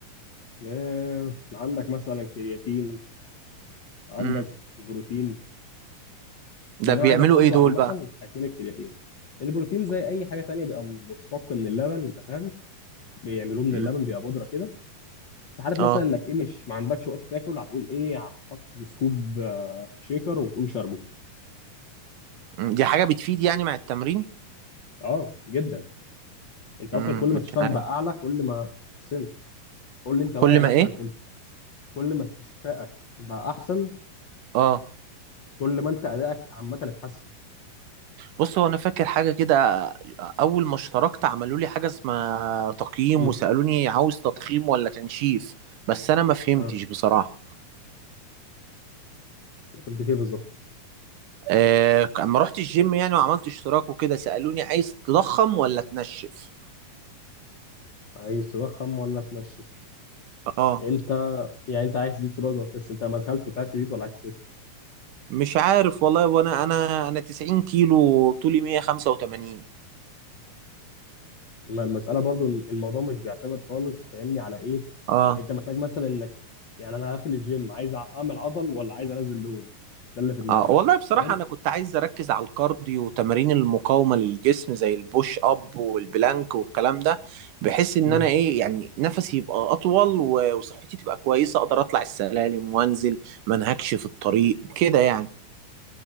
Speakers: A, on the left; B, on the right.
A: آه، عندك مثلا كرياتين عندك
B: امم
A: بروتين
B: ده
A: اللي
B: بيعملوا
A: انا عايزك تاخده
B: ايه دول
A: عامه
B: بقى
A: هيكون الكرياتين البروتين زي اي حاجه تانية بيبقى مشتق من اللبن انت فاهم بيعملوه من
B: امم
A: اللبن بيبقى بودره كده في حاله
B: اه
A: مثلا انك ايه مش ما عندكش وقت تاكل هتقوم ايه حاط في سكوب آه، في شيكر وتقوم شاربه
B: مم. دي حاجة بتفيد يعني مع التمرين
A: اه جدا انت اصلا
B: امم
A: كل ما
B: مش
A: استشفاك
B: عارف
A: بقى اعلى كل ما سنت قول لي انت بقى
B: كل
A: يعني
B: ما
A: مثلا
B: ايه
A: كنت كل ما استشفائك بقى احسن
B: اه
A: كل ما انت ادائك عامه اتحسن
B: بص هو انا فاكر حاجة كده اول ما اشتركت عملوا لي حاجة اسمها تقييم
A: امم
B: وسألوني عاوز تضخيم ولا تنشيف بس انا ما فهمتش
A: اه
B: بصراحة
A: فهمت ايه بالظبط
B: آه، اما رحت الجيم يعني وعملت اشتراك وكده سألوني عايز تضخم ولا تنشف
A: عايز تضخم ولا تنشف
B: اه
A: انت يعني انت عايز تزيد في الوزن ولا تخس انت لما دخلت كنت عايز تزيد ولا عايز تخس
B: مش عارف والله وانا انا انا 90 كيلو طولي 185
A: ما المساله برضو إن الموضوع مش بيعتمد خالص فاهمني على ايه
B: اه
A: انت محتاج مثلا انك يعني انا داخل الجيم عايز أع- اعمل عضل ولا عايز انزل دهون ده اللي في دماغك
B: اه والله بصراحة
A: فاهم
B: انا كنت عايز اركز على الكارديو وتمارين المقاومة للجسم زي البوش اب والبلانك والكلام ده بحيث ان
A: مم.
B: انا ايه يعني نفسي يبقى اطول و- وصحتي تبقى كويسة اقدر اطلع السلالم وانزل ما انهكش في الطريق كده يعني